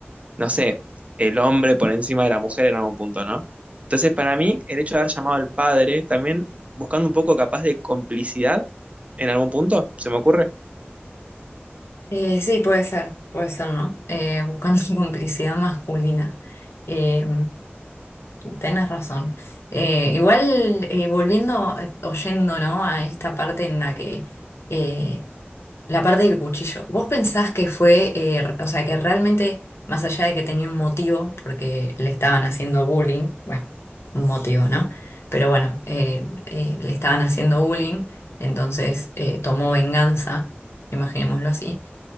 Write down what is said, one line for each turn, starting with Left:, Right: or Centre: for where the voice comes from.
Right: no sé, el hombre por encima de la mujer en algún punto, ¿no? Entonces, para mí, el hecho de haber llamado al padre, también buscando un poco capaz de complicidad en algún punto, se me ocurre.
Left: Eh, sí, puede ser, puede ser, ¿no? Eh, buscando <laughs> complicidad masculina. Eh, tenés razón. Eh, igual, eh, volviendo, eh, oyendo, ¿no? A esta parte en la que, eh, la parte del cuchillo, ¿vos pensás que fue, eh, r- o sea, que realmente, más allá de que tenía un motivo, porque le estaban haciendo bullying, bueno, un motivo, ¿no? Pero bueno, eh, eh, le estaban haciendo bullying, entonces eh, tomó venganza, imaginémoslo así